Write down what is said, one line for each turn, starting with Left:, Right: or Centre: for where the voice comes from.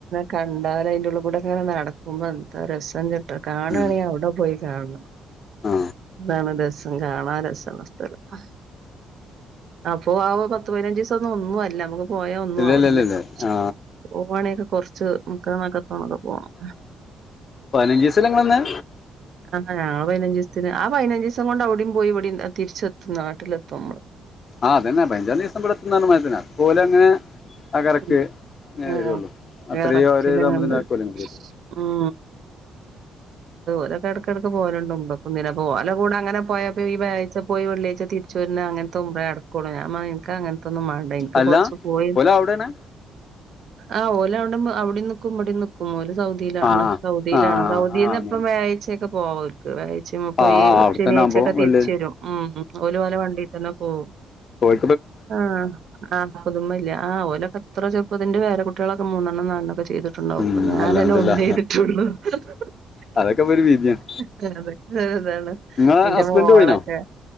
Right: കണ്ടാലയിന്റുള്ള് കൂടെക്ക്ങ്ങനെ നടക്കുമ്പോ എന്താ രസചിട്ടാ കാണാണെങ്കി
Left: ഉം,
Right: അവിടെ പോയി കാണണം
Left: ആ
Right: അതാണ് രസം കാണാ രസള്ള സ്ഥലം ആഹ് അപ്പൊ ആ പത്ത്പതിനഞ്ച്ചീസൊന്നും ഒന്നു അല്ല മ്മക്ക് പോയാ ഒന്നും
Left: ഇല്ല
Right: ആവലില്ല
Left: ഇല്ല ഇല്ല ഇല്ല ആ
Right: പോവാണക്കെ കൊറച്ച് നിക്കാൻതക്കത്തോണൊക്കെ പോണം
Left: പതിനഞ്ജീസല്ലെ ഇങ്ങള്ന്നെ
Right: ആ <unintelligible> പതിനഞ്ജീസ്‌ത്തിന് ആ പതിനഞ്ജീസം കൊണ്ട് അവടിം പോയി ഇവിടിം തിരിച്ചെത്തും നാട്ടിലെത്തും മ്മള്
Left: ആ അതെന്നെ പൈനഞ്ചാദിവസം ബടെത്തുംന്ന് പറഞമായിരിത്തെന്നെ അത്പ്പൊലങ്ങനെ അ കററ്റ്
Right: ഉം
Left: എ
Right: ആ
Left: വരുള്ളൂ അത്രീം
Right: വിറച്ചില്ങ്ങണ്ട്
Left: അവര് <unintelligible>
Right: ഉം ഇതൊക്കെ എടകെടക്ക് പോവല്ണ്ട് ഉംറകും ഇതിനും അപ്പൊ ഓലെകൂടെങ്ങനെ പോയപ്പോ ഈ വ്യാഴാച്ച പോയി വെള്ളിയായ്ച്ച തിര്ച്ച് വെര്ന ങ്ങനെ <unintelligible> ഇൻക്കങ്ങൻത്തൊന്നും മാണ്ട ഇൻക്ക്
Left: അല്ല
Right: കൊറച്ച് കോയിം
Left: പോലെ അവിടെയാണ്
Right: ആ ഓലവടം അവിടിംനിക്കും ഇവിടെനിക്കും ഓല് സൗദിലാണ്
Left: ആ ആ
Right: സൗദിലാണ്
Left: ആ ആ
Right: സൗദിന്നെപ്പോം
Left: ആ അങ്ങനെ
Right: വ്യാഴാഴ്ച്ചൊക്കെ പോവ ഓൽക് വ്യാഴാഴ്ച്ചിം പോയി
Left: ആ ആ അവിടെത്തന്നെ
Right: ശനിയാഴ്ചൊക്കെ
Left: ആവുമ്പോ വല്യ
Right: തിരിച്ച് വെരും ഉം ഉം ഓല് ഓലെ വണ്ടിത്തെന്നെ പോവും
Left: പോയ്‌
Right: ആ ആ പുതുമല്ല ആ ഓലൊക്കെ അത്രചെർ പ്പ്തിന്റെ പേരകുട്ട്യാളൊക്കെ മൂന്നെണ്ണം നാലെണ്ണോക്കെ <unintelligible> ചെയ്തിട്ട്ണ്ടാവും
Left: ഉം
Right: പ്പൊ ഞാനെന്നെ
Left: അൽഹംദുലില്ലാ
Right: ഒന്ന് ചെയ്തിട്ടൊള്ളു <unintelligible>
Left: അതൊക്കെ ഇപ്പൊ ഒരു വിധിയാണ്
Right: അതാണ്
Left: നിങ്ങളെ
Right: ന്റെ
Left: ഹസ്ബൻഡ്
Right: മോളൊക്കെ
Left: പോയിനോ